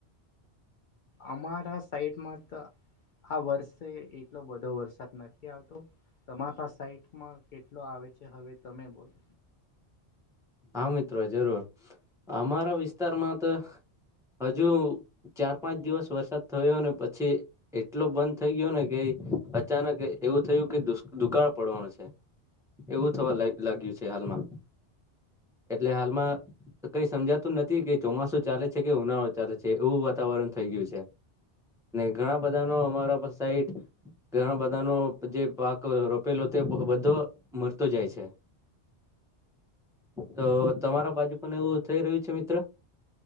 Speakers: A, on the left; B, in the centre.
A: અમારા સાઈટમાં તો આ વર્ષે એટલો બધો વરસાદ નથી આવતો તમારા સાઈટમાં કેટલો આવે છે હવે તમે બોલો
B: હા મિત્રો જરૂર અમારા વિસ્તારમાં તો હજુ ચાર પાંચ દિવસ વરસાદ થયો ને પછી એટલો બંધ થઇ ગયો ને કે અચાનક એવું થયું કે દુશ દુકાળ પડવાનું છે. એવું થવા લ લાગ્યું છે હાલમાં એટલે હાલમાં કઈ સમજાતું નથી કે ચોમાસું ચાલે છે કે ઉનાળો ચાલે છે. એવું વાતાવરણ થઈ ગયું છે ઘણા બધા નો અમારા પા સાઈટ ઘણા બધા નો જે પાક રોપેલો તે બધો મરતો જાય છે. તો તમારા બાજુ પણ એવું થઈ રહ્યું છે, મિત્ર?